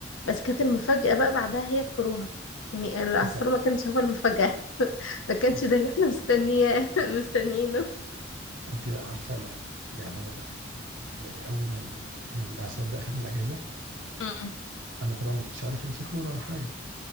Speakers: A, on the left; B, on the right.
A: بس كانت المفاجاه بقى بعدها هي الكورونا يعني الاعصار
B: بالظبط
A: ما كانش هو المفاجاه <laughs> ما كانش
B: بس
A: ده اللي احنا مستنياه <laughs> مستنيينه
B: انت بقى عارفه انا يعني انا بقى يعني اول ما ال- ما الاعصار ده اخدني الاجازه
A: امم
B: انا طبعا ما كنتش عارف ان في كورونا ولا حاجه